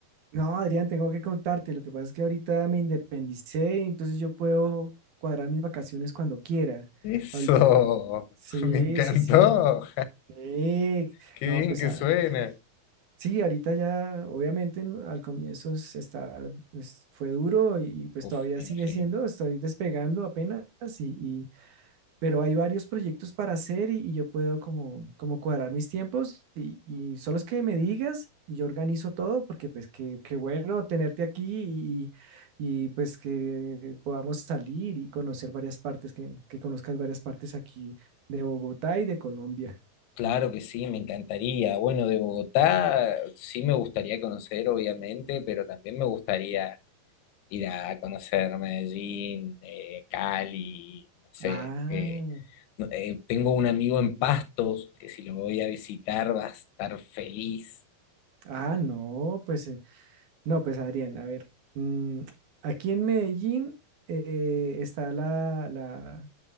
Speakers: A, on the right (about 60°); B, on the left (about 85°).
A: no, Adrián, tengo que contarte, lo que pasa es que ahorita me independicé, entonces yo puedo cuadrar mis vacaciones cuando quiera.
B: Eso,
A: Ahorita, sí,
B: <laughs> me encantó.
A: sí, sí. Sí,
B: Qué
A: no,
B: bien
A: pues
B: que
A: a-
B: suena.
A: Sí, ahorita ya, obviamente, en- al comienzo es- está, es- fue duro y pues
B: Uf,
A: todavía
B: me
A: sigue
B: imagino.
A: siendo, estoy despegando apenas, y, y- pero hay varios proyectos para hacer y, y yo puedo como, como cuadrar mis tiempos y, y solo es que me digas y yo organizo todo porque pues qué, qué bueno tenerte aquí y, y- y, pues que podamos salir y conocer varias partes, que, que conozcas varias partes aquí de Bogotá y de Colombia.
B: Claro que sí, me encantaría. Bueno, de Bogotá sí me gustaría conocer, obviamente, pero también me gustaría ir a conocer Medellín, eh, Cali, no sé.
A: Ah,
B: eh, no- eh, tengo un amigo en Pastos que si lo voy a visitar va a estar feliz.
A: ah, no, pues... eh, No, pues Adrián, a ver, mm, aquí en Medellín eh, está la, la,